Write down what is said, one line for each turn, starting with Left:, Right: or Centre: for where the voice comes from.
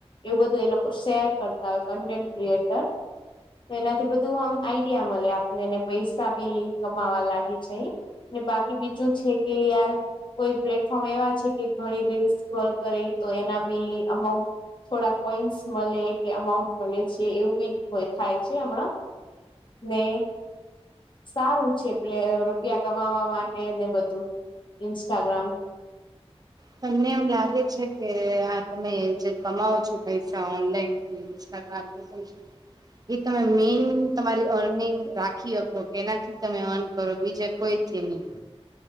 Left: એવું બધું એ લોકો શેર કરતા હોય કન્ટેન્ટ ક્રિએટર તો એનાથી બધું આમ આઈડિયા મલે આપને ને પૈસા બી કમાવા લાગી જઈએ ને બાકી બીજું છે કે યાર કોઈ પ્લેટ ફોમ એવા છે કે ઘણી રીલસ સ્ક્રોલ કરે તો એના બી અમાઉન્ટ થોડા કોઈન્સ મલે કે અમાઉન્ટ મલે, છે એવું બી થાય છે હમણાં. મે સારું છે એટલે રૂપિયા કમાવા માટે ને બધું, ઇન્સ્ટાગ્રામ
Right: તમને એમ લાગે છે કે આ તમે જે કમાવો છો પૈસા ઓનલાઈનથી ઇન્સ્ટા ગ્રામ તો શું છે એ તમે મેઈન તમારી અર્નિંગ રાખી હકો કે એનાથી તમે અર્ન કરો બીજે કોઈ <unintelligible>